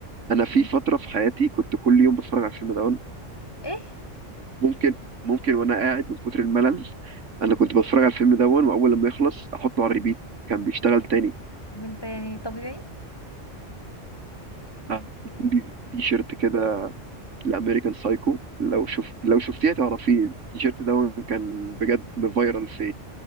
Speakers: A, on the right (about 75°); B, on the left (about 20°).
A: انا في
B: مم.
A: فتره في حياتي كنت كل يوم بتفرج على الفيلم ده
B: ايه
A: ممكن ممكن وانا قاعد من كتر الملل انا كنت بتفرج على الفيلم ده واول لما يخلص احطه على الريبيت كان بيشتغل تاني
B: انت يعني طبيعي
A: آه، عندي تي شيرت كده لامريكان سايكو لو شوف لو شفتيه تعرفيه التي شيرت ده كان بجد فايرال في